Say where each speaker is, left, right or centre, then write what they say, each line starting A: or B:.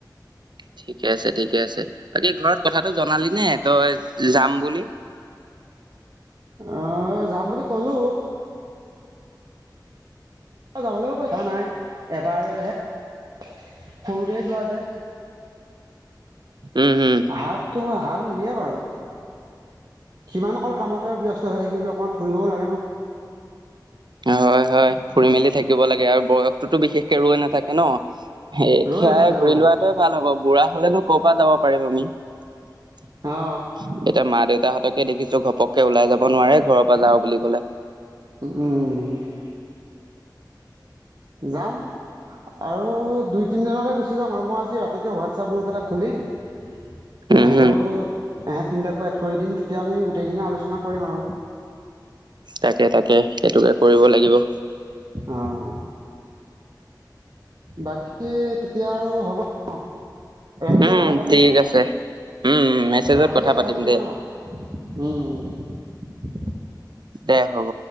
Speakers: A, on the right; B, on the right.
A: ঠিকে আছে ঠিকে আছে বাকী ঘৰত কথাটো জনালি নে তই যাম বুলি
B: অ ক'লোঁ যাবলৈও কৈ থোৱা নাই এবাৰ হে সৰুতে যোৱা যে
A: উম হম
B: শাকটো শাক নিদিয়ে বাৰু কিমান অকল কামতে ব্যস্ত হৈ থাকিবি অকণমান ফুৰিবও লাগে ন
A: হয় হয় ফুৰি মেলি থাকিব লাগে আৰু বয়সটোতো বিশেষকে ৰৈ নাথাকে ন এতিয়াই
B: ৰৈ নাথাকে
A: ঘূৰি
B: অ
A: লোৱাটোৱে ভাল হ'ব বুঢ়া হ'লেনো ক'ৰ পৰা যাব পাৰিম আমি এতিয়া
B: অ
A: মা দেউতাহঁতকে দেখিছোঁ ঘ পকে ওলাই যাব নোৱাৰে ঘৰৰ পৰা যাওঁ বুলি ক'লে
B: উম যাম আৰু দুই তিনি দিনটে গুচি যাম আৰু মই আজি ৰাতিকে ৱাটছাপ গ্ৰুপ এটা খুলিম এহেঁতকো
A: উম হুম
B: এহে‍ঁত তিনটাকো এড কৰি দিম তেতিয়া আমি গোটেইখিনিয়ে আলোচনা কৰিম আৰু
A: তাকে তাকে সেইটোকে কৰিব লাগিব
B: অঁ, বাকী তেতিয়া আৰু হ'ব ন ৰাতিকে
A: উম
B: কথা পাতিম,
A: ঠিক আছে উম মেছেজত
B: ৰাতিকে কথা পাতিম
A: দে
B: ন উম উম
A: দে হ'ব